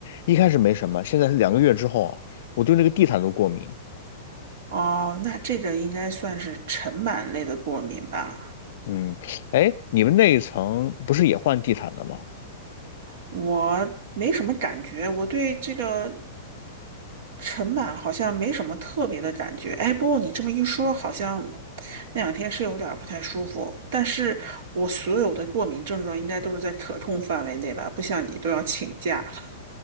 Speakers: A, on the left; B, on the right.
A: 一开始没什么，现在是两个月之后啊，我对那个地毯都过敏。
B: 哦，那这个应该算是尘螨类的过敏吧？
A: 嗯，哎，你们那一层不是也换地毯了吗？
B: 我没什么感觉，我对这个陈版好像没什么特别的感觉。哎，不过你这么一说，好像那两天是有点儿不太舒服。但是我所有的过敏症状应该都是在可控范围内吧，不像你都要请假了。